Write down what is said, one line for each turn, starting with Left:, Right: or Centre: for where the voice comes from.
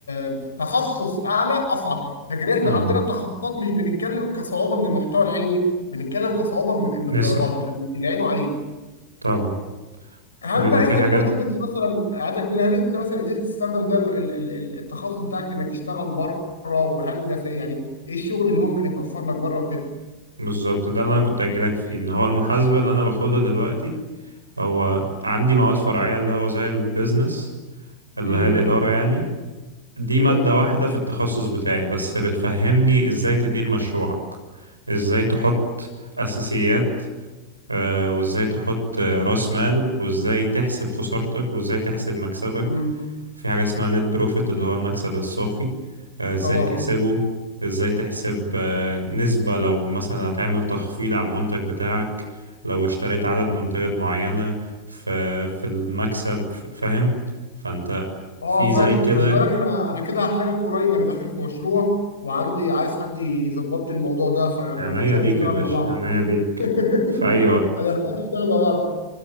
Left: آه، تخصص اعلى اصعب لكن احنا
Right: اه
Left: عندنا التخصصات مش بنتكلم كصعوبه من المحتوى العلمي بنتكلم كصعوبه من من
Right: نسب
Left: الدرجات يبقى اللي عينه عليه
Right: طبعا
Left: هل
Right: بيبقى
Left: بقى
Right: في
Left: انت
Right: حاجات
Left: دلوقتي قدرت مثلا عايزك تقول هل انت مثلا قدرت تستخدم ده ال- ال- ال- التخصص بتاعك في انك تشتغل بره وهل ده في يعني ايه الشغل اللي ممكن يتوفر لك بره وكده
Right: بالظبط ده اللي أنا كنت أجيلك فيه إن هو المحاسبة اللي أنا باخدها دلوقتي هو عندي مواد فرعية اللي هو زي البيزنس اللي
Left: امم
Right: هي الإدارة يعني دي
Left: تمام
Right: مادة واحدة في التخصص بتاعي بس بتفهمني إزاي تدير مشروعك إزاي تحط أساسيات آه، وازاي تحط آه، راس مال وازاي تحسب خسارتك وازاي تحسب مكسبك
Left: امم
Right: في حاجة اسمها نت بروفيت اللي هو المكسب الصافي آه، ازاي
Left: طبعا
Right: تحسبه ازاي تحسب آه، نسبة لو مثلا هتعمل تخفيض على المنتج بتاعك لو اشتريت عدد منتجات معينة في في المكسب ف- فاهم فانت
Left: اه
Right: في زي
Left: فا
Right: كده
Left: خلي بالك انا انا كده هحتاجك قريب انا داخل في مشروع وعندي عايز حد يظبط لي الموضوع ده فاحنا
Right: عناية
Left: على كده
Right: ليك
Left: هنشتغل
Right: يا باشا
Left: مع بعض
Right: عناية
Left: <laughs>
Right: ليك في أي وقت
Left: هنحتاج نشتغل مع بعض